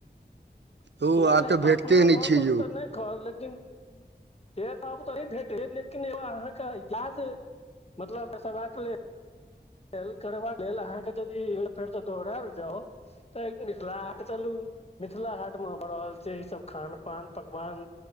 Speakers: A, on the right; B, on the left.
A: धू
B: नय
A: आब
B: नय
A: तऽ भेटते
B: अपना घर
A: नहि छै
B: पर
A: यौ
B: तऽ नय खाउ लेकिन से त आब तो नय भेट लेकिन एगो अहाँके याद मतलब दसेबाक लेल द कर अहाँके यदि फेर त दोहड़ेल जाउ तै <unintelligible> ल के चलू। मिथिला हाट मे भऽ रहल छै ईसभ खान पान पकवान